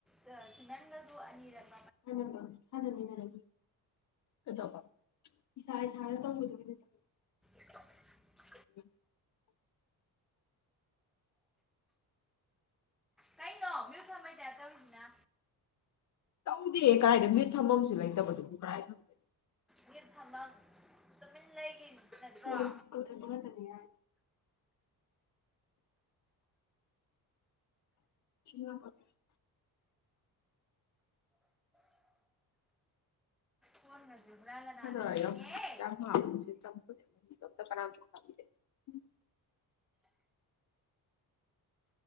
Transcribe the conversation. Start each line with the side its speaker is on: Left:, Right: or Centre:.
Centre: <unintelligible> ꯅꯪꯅꯁꯨ ꯑꯅꯤꯔꯛ
Left: ꯁꯥꯟꯅꯕ ꯁꯥꯟꯅꯃꯤꯟꯅꯔ ꯀꯩꯗꯧꯕ ꯏꯁꯥ ꯏꯁꯥꯅ ꯇꯧꯕꯗ ꯑꯣꯏꯅ ꯆ
Centre: <inaudible>
Left: <inaudible>
Centre: ꯀꯩꯅꯣ ꯃ꯭ꯌꯨꯠ ꯊꯝꯕꯩ ꯇꯥꯏꯞ ꯇꯧꯔꯤꯁꯤꯅ
Left: ꯇꯧꯗꯦ ꯀꯥꯏꯗ ꯃꯤꯠ ꯊꯝꯐꯝꯁꯨ ꯂꯩꯇꯕꯗꯨꯕꯨ ꯀꯗꯥꯥꯏ ꯊꯝꯗꯣꯏ
Centre: ꯃ꯭ꯌꯨꯠ ꯊꯝꯐꯝ ꯇꯨꯃꯤꯟ ꯂꯩꯒꯤ ꯅꯠꯇ꯭ꯔꯣ
Left: ꯍꯣ ꯀ ꯊ ꯃꯅ ꯊꯅꯤ ꯌꯥ <inaudible>
Centre: ꯐꯣꯟꯒꯁꯦ ꯍꯨꯔꯥꯟ
Left: <unintelligible>
Centre: ꯂꯅꯥꯟꯅ ꯊꯦꯡꯉꯦ
Left: <unintelligible>